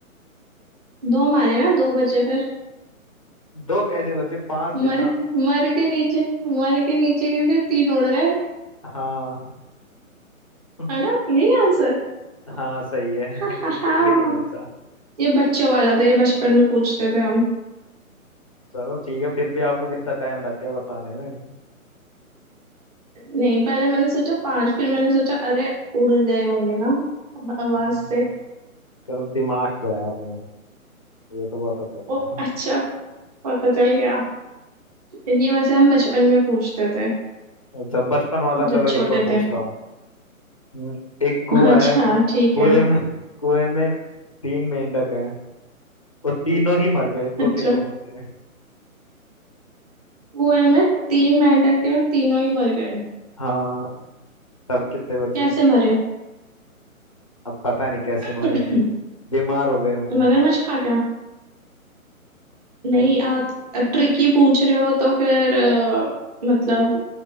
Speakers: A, on the right (about 25°); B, on the left (about 25°).
A: दो मारे ना दो बचे फिर
B: दो कैसे बचे पांच थे
A: मर
B: ना
A: मर के नीचे मर के नीचे गिर के तीन उड़ गए
B: हाँ <laughs>
A: है ना यही आंसर
B: हाँ सही है
A: हा
B: <laughs> एक
A: <laughs>
B: भी नहीं बचा
A: ये बच्चों वाला था ये बचपन में पूछते थे हम
B: चलो ठीक है फिर भी आपको कितना टाइम लग गया बताने में
A: नहीं पहले मैंने सोचा पांच फिर मैंने सोचा अरे उड़ गए होंगे ना आवाज
B: हम्म।
A: से
B: चलो दिमाग तो है आप में ये तो पता चल गया
A: ओ अच्छा पता चल गया ये वैसे हम बचपन में पूछते थे
B: <laughs> अच्छा बचपन वाला
A: जब
B: चलो
A: छोटे
B: एक और पूछता
A: थे
B: हूँ हम्म, एक कुआ
A: अच्छा
B: है
A: ठीक
B: कुएं
A: है
B: में कुएं में तीन मेंढक हैं वो तीनों ही मर गए तो
A: अच्छा
B: कितने बचे
A: कुएं में तीन मेंढक थे और तीनों ही मर गए
B: हाँ तब कितने बचे
A: कैसे मरे
B: अब पता नहीं कैसे मरे
A: <laughs>
B: <laughs> बीमार हो गए होंगे
A: मगरमच्छ खा गया नहीं
B: नहीं
A: आप ट्रिकी पूछ रहे हो तो फिर अ, मतलब